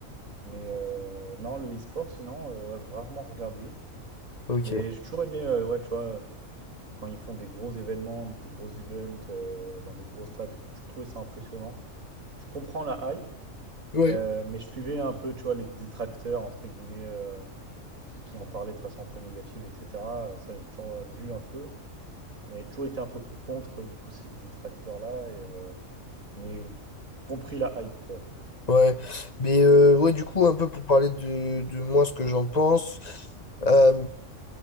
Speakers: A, on the right (about 70°); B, on the left (about 30°).
A: mais euh, non, le e-sport, sinon, euh, ouais, rarement regardé.
B: ouais, ok.
A: Mais j'ai toujours aimé, euh, ouais, tu vois, euh, quand ils font des gros événements, des gros events, euh, dans des gros stades et tout, j'ai toujours trouvé ça impressionnant. Je comprends la hype,
B: Ouais.
A: euh, mais je suivais un peu, tu vois, les détracteurs, entre guillemets. euh, qui qui en parlaient de façon un peu négative, et cetera. Ça, j'ai toujours, euh, vu un peu, mais j'ai toujours été un peu contre, du coup, ces détracteurs-là et heu, mais compris la hype, quoi.
B: Ouais, mais euh, ouais, du coup, un peu pour parler de, de moi, ce que j'en pense. euh,